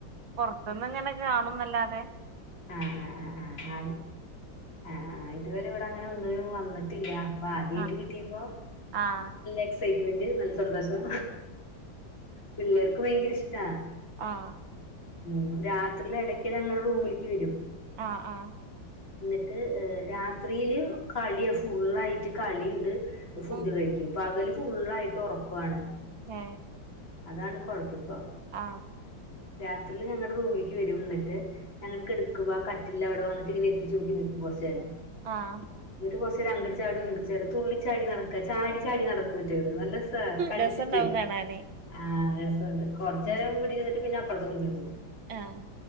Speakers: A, on the right; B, on the left.
A: പൊറത്ത്ന്ന്ങ്ങനെ കാണുന്നല്ലാതെ
B: ആ ആ ആ ആ ആ ആ ഇതുവരെ ഇവിടെ അങ്ങനെ ഒന്നിനും വന്നിട്ടില്ല ആദ്യയിട്ട്
A: ആഹ്
B: കിട്ടിയപോ
A: ആഹ്
B: എക്സൈറ്റ്മെന്റ് നല്ല സന്തോഷം പിള്ളേർക്ക് ഭയങ്കര ഇഷ്ടാ
A: ആ
B: മ് രാത്രിയില് ഇടക്ക് ഞങ്ങടെ റൂമിലേക്ക് വരും
A: ആ ആ
B: എന്നിട്ട് രാത്രിയില് കളിയാ ഫുള്ളായിട്ട് കളീണ്ട് പ്പൊ ഫുഡ്
A: ഉം
B: കഴിക്കും ഇപ്പൊ പകല് ഫുള്ളായിട്ട് ഒറൊക്കാണ്
A: ഏ
B: അതാണ് കുഴപ്പ പ്പ
A: ആ
B: രാത്രില് ഞങ്ങടെ റൂമേക്ക് വരും ന്നിട്ട് ഞങ്ങള് കെടുക്കുമ്പോ ആ കട്ടില്ലവിടെ വന്നിട്ട്ങ്ങനെ എത്തി ചോക്കി നിക്കും കൊറച്ചേരം
A: ആഹ്
B: ന്ന്ട്ട് കൊറച്ചേരം അങ്ങട് ചാടുംങ്ങട് ചാടു തുള്ളിച്ചാടി നടക്കാ ചാടി ചാടി നടക്കൂറ്റള് നല്ല സാ കളിച്ചിട്ടെ
A: രസണ്ടാവും കാണാന്
B: ആ രസൊണ്ട് കൊർച്ചേരം
A: ഉം
B: ഇവ്ടിര്ന്നിട്ട് പിന്നപ്പറത്ത റൂമിലേക്കോവും
A: ആഹ്